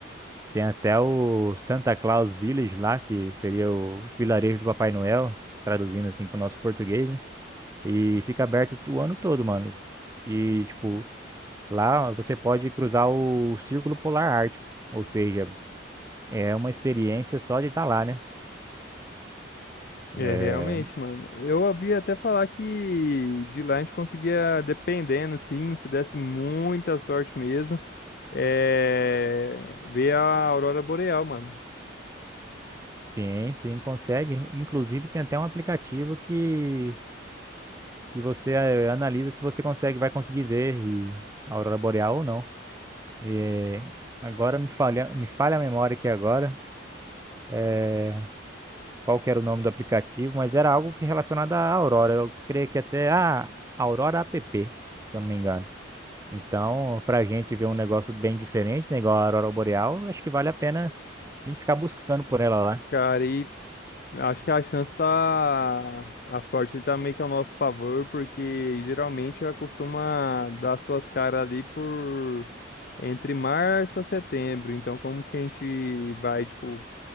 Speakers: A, on the right; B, on the left.
A: Tem até o Santa Claus Village lá, que seria o vilarejo do Papai Noel, traduzindo assim para o nosso português, né? E fica aberto o ano todo, mano. E, tipo, Lá você pode cruzar o Círculo Polar Ártico, ou seja, é uma experiência só de estar lá, né?
B: É,
A: É,
B: realmente, mano. Eu ouvi até falar que de lá a gente conseguia, dependendo, assim, se desse muita sorte mesmo, é... ver a aurora boreal, mano.
A: sim, sim, consegue. Inclusive tem até um aplicativo que, que você eh, analisa se você consegue, vai conseguir ver e- a aurora boreal ou não. É, agora me falha, me falha a memória aqui agora. é, qual que era o nome do aplicativo, mas era algo que relacionado à aurora. Eu creio que até a Aurora app, se eu não me engano. Então, para a gente ver um negócio bem diferente, né, igual a Aurora Boreal, acho que vale a pena a gente ficar buscando por ela lá.
B: Cara, e acho que a chance tá... A sorte tá meio que ao nosso favor, porque geralmente ela costuma dar suas caras ali por... Entre março a setembro. Então, como que a gente vai, tipo